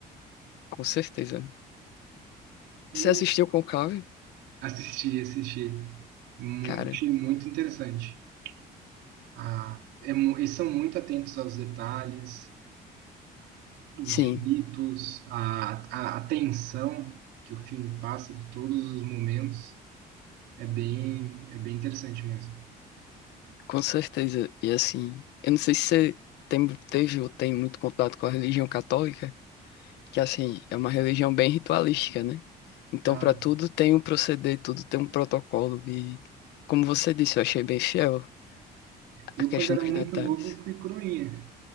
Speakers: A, on the left; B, on the right.
A: com certeza. Você
B: Eu
A: assistiu Conclave?
B: Assisti, assisti. Hum,
A: Cara,
B: Achei muito interessante. Ah, é mu- eles são muito atentos aos detalhes, dos
A: sim,
B: ritos, à à- à tensão que o filme passa de todos os momentos. É bem, é bem interessante mesmo.
A: com certeza. E assim, eu não sei se você tem, teve ou tem muito contato com a religião católica. que assim, é uma religião bem ritualística, né? Então,
B: Ah,
A: para tudo tem um proceder, tudo tem um protocolo. E, como você disse, eu achei bem fiel
B: eu
A: a questão
B: quando era
A: dos
B: muito
A: detalhes.
B: novo eu fui coroinha.